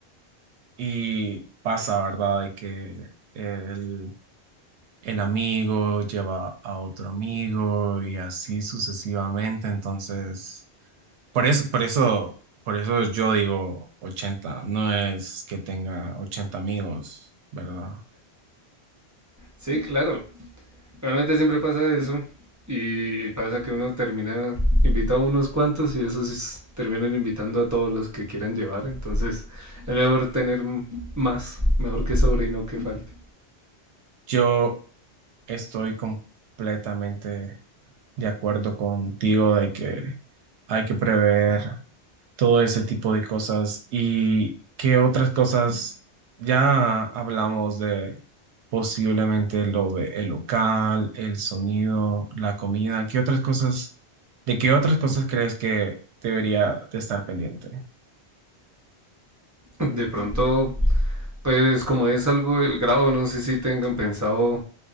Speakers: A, on the right (about 85°); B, on the right (about 25°).
A: Y pasa, ¿verdad? De que el, el amigo lleva a otro amigo y así sucesivamente. Entonces, por eso, por eso, por eso yo digo 80. No es que tenga 80 amigos, ¿verdad?
B: Sí, claro, Realmente siempre pasa eso. Y, y pasa que uno termina, invita a unos cuantos y esos es- terminan invitando a todos los que quieran llevar. Entonces es mejor tener m- más, mejor que sobre y no que falte.
A: Yo estoy completamente de acuerdo contigo de que hay que prever todo ese tipo de cosas y qué otras cosas ya hablamos de posiblemente lo de el local, el sonido, la comida, qué otras cosas, de qué otras cosas crees que debería de estar pendiente.
B: De pronto, pues como es algo del grado, no sé si tengan pensado